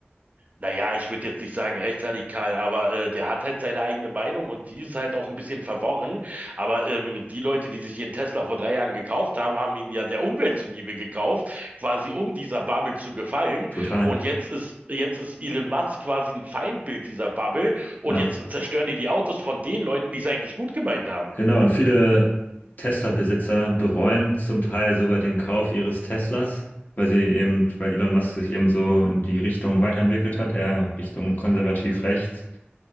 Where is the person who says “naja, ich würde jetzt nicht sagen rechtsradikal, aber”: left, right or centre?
Right